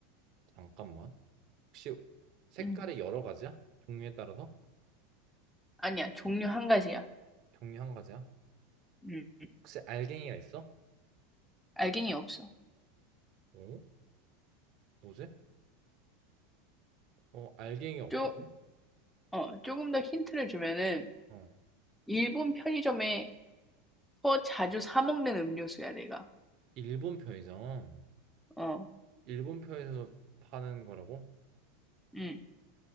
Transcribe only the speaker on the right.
잠깐만. 혹시 색깔이
여러 가지야? 종류에 따라서?
종류 한 가지야?
혹시 알갱이가 있어?
어? 뭐지? 어, 알갱이 없다고?
어.
일본 편의점.
일본 편의점에서 파는 거라고?